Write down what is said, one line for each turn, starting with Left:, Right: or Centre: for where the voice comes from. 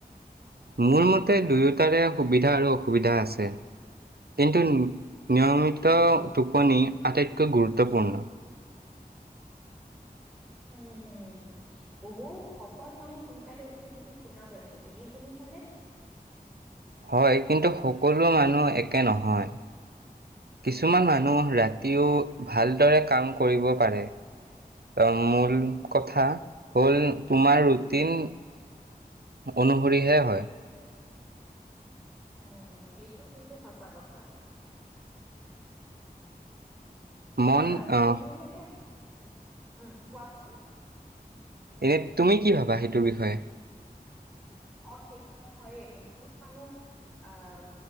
Right: মোৰ মতে দুয়োটাৰে সুবিধা আৰু অসুবিধা আছে। কিন্তু নিয়মিত টোপনি আটাইতকৈ গুৰুত্বপূৰ্ণ।
Centre: উম উম উম। বহুত সফল মানুহ সোনকালে উঠে বুলি শুনা পাইছো, তুমি শুনিছানে?
Right: হয়, কিন্তু সকলো মানুহ একে নহয়। কিছুমান মানুহ ৰাতিও ভালদৰে কাম কৰিব পাৰে। অ', মূল কথা, হ'ল, তোমাৰ ৰুটিন। অনুসৰিহে হয়।
Centre: উম, সেইটো কিন্তু সঁচা কথা।
Right: মন
Centre: আৰু ৰাতি
Right: আহ
Centre: দেৰিলৈকে, উম, কোৱাচোন?
Right: এনে তুমি কি ভাবা? সেইটোৰ বিষয়ে।
Centre: অ', সেইটোতো হয়েই, বহুত মানুহ- আহ',